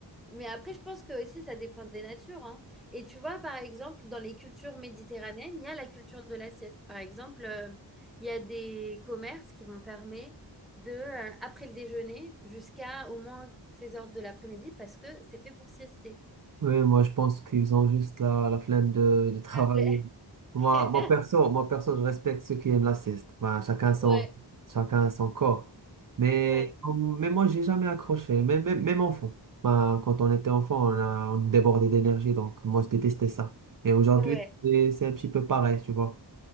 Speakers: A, in the centre; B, on the right.
A: Mais après, je pense que aussi, ça dépend des natures, hein. Et tu vois, par exemple, dans les cultures méditerranéennes, il y a la culture de la sieste. Par exemple, euh, il y a des commerces qui vont fermer de, euh, après le déjeuner jusqu'à au moins 16 heures de l'après-midi parce que c'est fait pour siester.
B: Oui, moi je pense qu'ils ont juste la, la flemme de, de travailler.
A: La flemme.
B: Moi,
A: <laughs>
B: moi perso, moi perso, je respecte ceux qui aiment la sieste. Ben, chacun son,
A: Ouais,
B: chacun son corps. Mais,
A: ouais,
B: mais moi, j'ai jamais accroché. Même, même, même enfant. Ben, quand on était enfant, on a, on débordait d'énergie, donc moi je détestais ça. Et aujourd'hui,
A: ouais,
B: c'est c'est un petit peu pareil, tu vois.